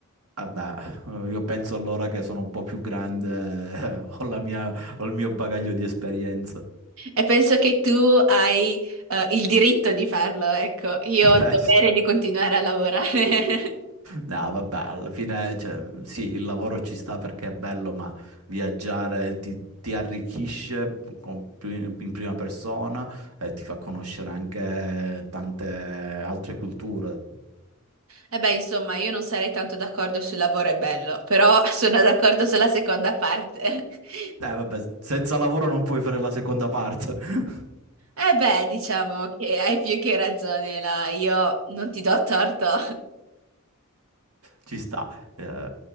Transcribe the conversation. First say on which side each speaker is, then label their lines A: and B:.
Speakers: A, on the right (about 85°); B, on the right (about 70°).
A: Vabbè, io penso allora che sono un po' più grande, eh, ho la mia- ho il mio bagaglio di esperienze.
B: E penso che tu hai eh, il diritto di farlo, ecco, io
A: <laughs>
B: ho il dovere di continuare a lavorare. <laughs>
A: No, vabbè, alla fine, cioè, sì, il lavoro ci sta perché è bello, ma viaggiare ti, ti arricchisce con- in prima persona e ti fa conoscere anche tante altre culture.
B: E beh, insomma, io non sarei tanto d'accordo sul lavoro è bello, però <laughs> sono d'accordo sulla seconda parte. <laughs>
A: Eh, vabbè, senza lavoro non puoi fare la seconda parte. <laughs>
B: E beh, diciamo che hai più che ragione là, io non ti do torto. <laughs>
A: Ci sta, eh,